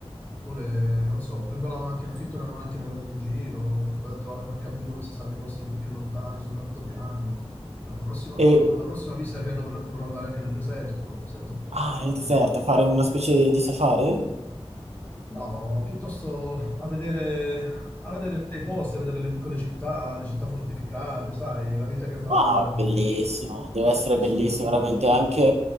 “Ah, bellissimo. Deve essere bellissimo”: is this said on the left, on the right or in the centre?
Right